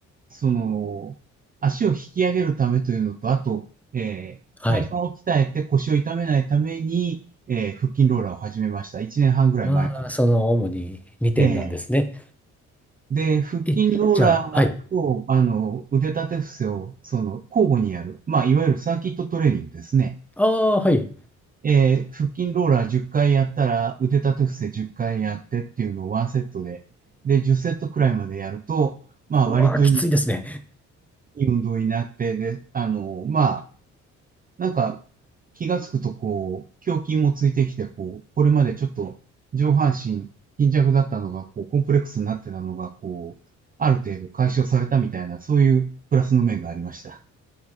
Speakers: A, on the right; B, in the centre.
A: その、足を引き上げるためというのと、あと、えー体幹を鍛えて腰を痛めないために、
B: はい。
A: えー腹筋ローラーを始めました。1年半ぐらい前から。
B: ああ、その主に2点なんですね。
A: えーで、腹筋ローラーと、
B: え、じゃあ、はい。
A: あの、腕立て伏せを、その、交互にやる。まあ、いわゆるサーキットトレーニングですね。
B: ああ、はい。
A: えー腹筋ローラー10回やったら、腕立て伏せ10回やってっていうのをワンセットで、で、10セットくらいまでやると、まあ、
B: うわあ、
A: 割といい、
B: きついですね。
A: いい運動になって、で、あの、まあ、なんか、気がつくとこう、胸筋もついてきて、こう、これまでちょっと上半身貧弱だったのが、こう、コンプレックスになってたのが、こう、ある程度解消されたみたいな、そういうプラスの面がありました。